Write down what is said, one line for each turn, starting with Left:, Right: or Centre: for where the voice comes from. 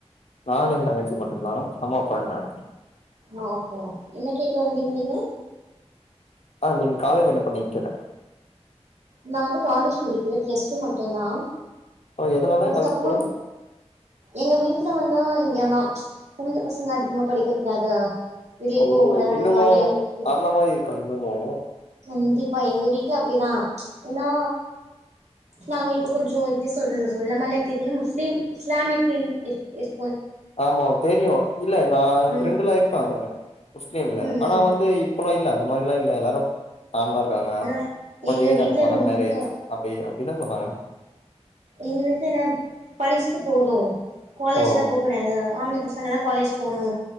Left: நானு எ தங்கச்சி மட்டும்தா அம்மா அப்பா இருக்காங்க
Right: ஆ ஓகே ஓகே என்ன கேட்டுவந்தீங்க நீங்க
Left: ஆ நீங்க காலேஜ் என்ன பண்ணிங் கேட்ட
Right: நா வந்து காலேஜ் முடிக்கல பிளஸ்டுமட்டும்தா
Left: ஓ எதனால
Right: அதுக்
Left: காலேஜ்
Right: அப்புறோ
Left: போல
Right: எங்க வீட்டுல வந்து என்னா பொம்பளபசங்க அதிகமா படிக்க கூடாது வெளிய
Left: ஓ
Right: போக கூடாது
Left: இன்னுமு
Right: அந்த மாரி எங்க வீட்ல
Left: அந்த மாரி இருக்கா இன்னுமு
Right: கண்டிப்பா எங்க வீட்டுல அப்படிதா ஏனா நாங்க இப்ப கொஞ்சோ இப்படி சொல்றது சொல்லமா இல்லயா தெர்ல முஸ்லீம் இஸ்லாமக்கு இர் இர்
Left: ஆமா தெரியு இல்ல நா என்
Right: ம்
Left: ஃப்ரெண்டு எல்லா இருக்காங்க முஸ்லீம்ல
Right: ம்
Left: ஆனா
Right: ம்
Left: வந்து இப்பல்லா இல்ல அந்த மாரி அப்படிலா இல்ல எல்லாரும் நார்மலா இருக்காங்க
Right: ஆனா
Left: கொஞ்சோ
Right: எங்க
Left: ஏஜ்
Right: வீட்ல
Left: அப்பம தா
Right: ரொம்ப
Left: மேரேஜ் அப்பயே இப்படிதா சொல்லாங்க
Right: எங்க வீட்டு என்ன படிச்சுட்டு போது காலேஜ்ல
Left: ஓ
Right: போகூடாத ஆம்ள பசங்க தா காலேஜ் போணு